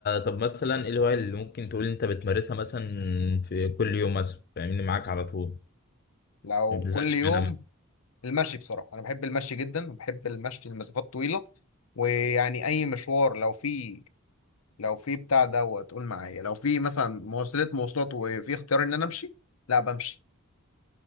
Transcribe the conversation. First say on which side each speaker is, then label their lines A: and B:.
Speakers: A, on the left; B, on the left.
A: طب مثلا ايه الهواية اللي ممكن تقول انت بتمارسها مثلا في كل يوم مثلا فاهمني معاك على طول
B: لو
A: ما بتزهقش
B: كل يوم
A: منها
B: المشي بصراحه انا بحب المشي جدا وبحب المشي لمسافات طويله ويعني اي مشوار لو فيه لو في بتاع دوت قول معايا لو في مثلا مواصلات مواصلات وفي اختيار ان انا امشي لا بمشي